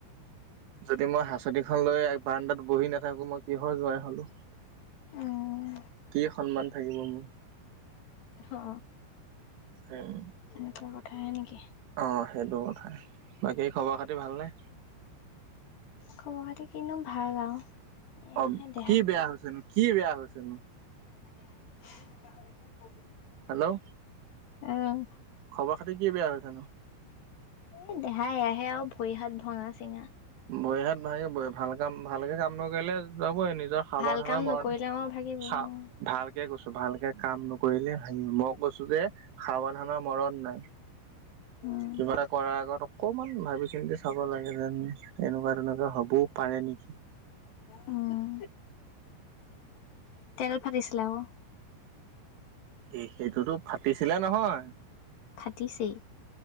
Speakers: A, on the right; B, on the left.
A: যদি মই হাঁচনিখন লৈ বাৰাণদাত বহি নাথাকো মই কিহৰ যোৱাই হলো
B: উম,
A: কি সন্মান থাকিব মোৰ
B: অ
A: মোৰ
B: তেনেকুৱা কথাহে নেকি
A: অ সেইটো কথাাই বাকী খবৰ খাতি ভালনে
B: খবৰ খাতি কিনো ভাল আৰু এয়াহে
A: অ
B: দেহা
A: কি বেয়া হৈছেনো কি বেয়া হৈছেনো
B: <unintelligible>
A: হেল্ল'
B: আহ
A: খবৰ খাতি কি বেয়া হৈছেনো
B: এ দেহাই এয়াহে আৰু ভৰি হাত ভঙা চিঙা
A: ভৰি হাত ভাঙিবই ভাল কাম ভালকে কাম নকৰিলে যাবই নিজৰ সাৱধানা
B: ভাল কাম
A: মৰা
B: নকৰিলে অ' ভাগিবই অ'।
A: ভালকে কৈছো ভালকে কাম নকৰিলে হ মই কৈছো যে সাৱধানৰ মৰণ নাই
B: উম,
A: কিবা এটা কৰাৰ আগত অকমান ভাবি চিন্তি চাব লাগে যেন এনেকুৱা তেনেকুৱা হবও পাৰে নেকি।
B: উম তেল ফাটিছিলে আকৌ।
A: এ সেইটোতো ফাটিছিলে নহয়।
B: ফাটিছেই।